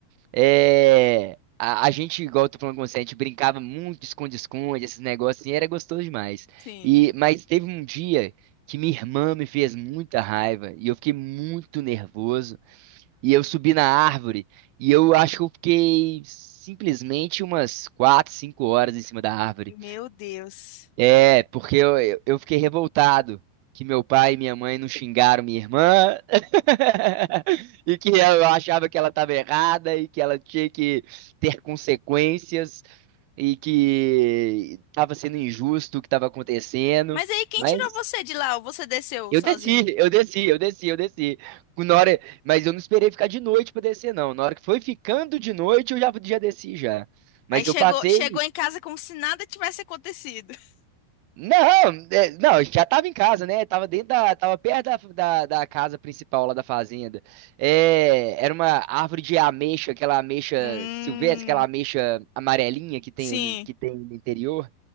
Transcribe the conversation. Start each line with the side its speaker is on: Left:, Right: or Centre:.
Right: É, a, a gente, igual eu tô falando com você, a gente brincava muito de esconde-esconde, esses negócios, assim, era gostoso demais.
Left: Sim.
Right: E, mas teve um dia que minha irmã me fez muita raiva e eu fiquei muito nervoso. E eu subi na árvore e eu acho que eu fiquei simplesmente umas 4 5 horas em cima da árvore.
Left: Meu Deus.
Right: É, porque eu, eu eu fiquei revoltado que meu pai e minha mãe não xingaram minha irmã <laughs> e que eu achava que ela estava errada e que ela tinha que ter consequências e que estava sendo injusto o que estava acontecendo.
Left: Mas aí quem
Right: Mas
Left: tirou você de lá? Ou você desceu
Right: eu
Left: sozinho?
Right: desci, eu desci, eu desci, eu desci. Na hora, mas eu não esperei ficar de noite para descer, não. Na hora que foi ficando de noite, eu já, já desci já. Mas
Left: Aí chegou,
Right: eu passei.
Left: chegou em casa como se nada tivesse acontecido. <laughs>
Right: Não, é, não, eu já tava em casa, né? Tava dentro da, tava perto da, da, da casa principal lá da fazenda. É, era uma árvore de ameixa, aquela ameixa
Left: Hum,
Right: silvestre, aquela ameixa amarelinha que tem
Left: sim.
Right: que tem no interior.